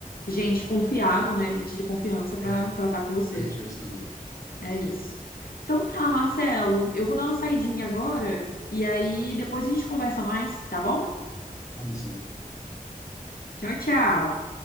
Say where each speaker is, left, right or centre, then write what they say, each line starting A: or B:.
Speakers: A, on the left; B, on the left.
A: gente confiável, né, gente de confiança para
B: É,
A: para estar com você.
B: penso isso também. Penso
A: É
B: isso
A: isso.
B: também.
A: Então tá, Marcelo, eu vou dar uma saidinha agora e aí depois a gente conversa mais, tá bom?
B: Vamos sim.
A: Tchau, tchau.